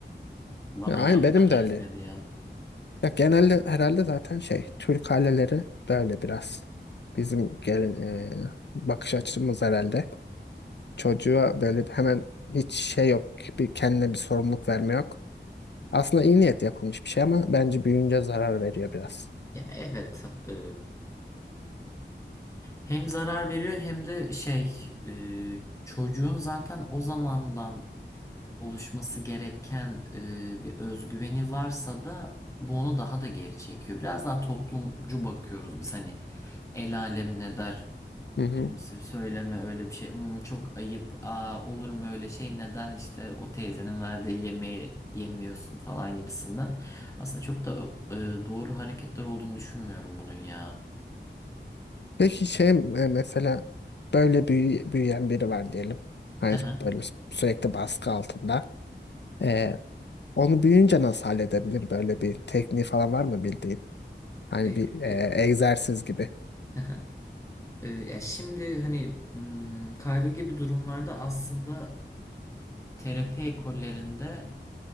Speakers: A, on the left; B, on the left.
A: bana
B: Ya, aynen
A: yapma
B: benim de
A: etme
B: öyle.
A: diyen.
B: Ya, genelde herhalde zaten şey Türk aileleri böyle biraz bizim gelin e, bakış açımız herhalde. Çocuğa böyle hemen hiç şey yok bir kendine bir sorumluluk verme yok. Aslında iyi niyet yapılmış bir şey ama bence büyüyünce zarar veriyor biraz.
A: Ya evet e, hem zarar veriyor hem de şey e, çocuğun zaten o zamandan oluşması gereken e, bir özgüveni varsa da bu onu daha da geri çekiyor. Biraz daha toplumcu bakıyoruz biz hani el alem ne der
B: Hı hı.
A: kimse söyleme öyle bir şey "Hmm, çok ayıp aa olur mu öyle şey neden işte o teyzenin verdiği yemeği yemiyorsun falan gibisinden. Aslında çok da e, doğru hareketler olduğunu düşünmüyorum bunun ya.
B: Peki şey e, mesela böyle büyü- büyüyen biri var diyelim.
A: <laughs>
B: Hani böyle sürekli baskı altında. E, onu büyüyünce nasıl halledebilir? Böyle bir tekniği falan var mı bildiğin? Hani
A: Ya
B: bir
A: şimdi
B: e, egzersiz gibi.
A: <laughs> e, ya şimdi hani mm, kaygı gibi durumlarda aslında terapi ekollerinde